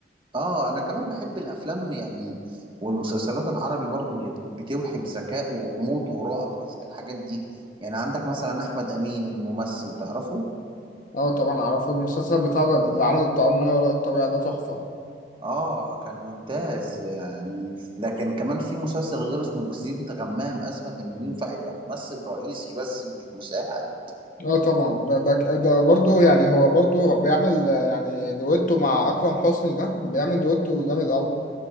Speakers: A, on the right; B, on the left.
A: اه انا كمان بحب الافلام يعني والمسلسلات العربي برضو اللي بتوحي بذكاء وغموض ورعب زي الحاجات دي يعني عندك مثلا احمد امين الممثل تعرفه
B: اه طبعا اعرفه المسلسل بتاع ده اللي عمل الطعام ما وراء الطبيعة ده تحفة
A: اه كان ممتاز يعني لكن كمان في مسلسل غير اسمه جزيرة غمام اثبت انه ينفع يبقى ممثل رئيسي بس مش مساعد
B: اه طبعا ده ده ده برضه يعني هو برضه بيعمل آه، يعني دويتو مع اكرم حسني ده بيعمل دويتو جامد قوي